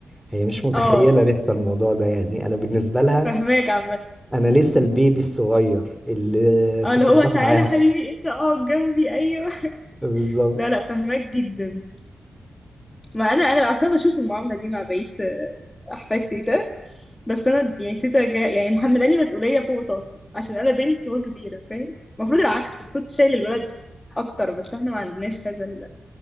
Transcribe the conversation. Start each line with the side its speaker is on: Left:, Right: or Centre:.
Centre: هي مش متخيلة
Left: اه
Centre: لسه الموضوع ده يعني انا بالنسبة لها
Left: فهماك عامة
Centre: انا لسه البيبي الصغير اللي
Left: اه
Centre: كنت
Left: اللي هو
Centre: بروح
Left: تعالى
Centre: معاها
Left: حبيبي انت اقعد جنبي ايوه
Centre: بالظبط
Left: لا لا فهماك جدا ما انا انا اصلا بشوف المعامله دي مع بقيه آه، احفاد تيتا بس انا يعني تيتا جاي يعني محملاني مسؤوليه فوق طاقتي عشان انا بنت وكبيره فاهم المفروض العكس المفروض تشيل الولد اكتر بس احنا ما عندناش هذا ال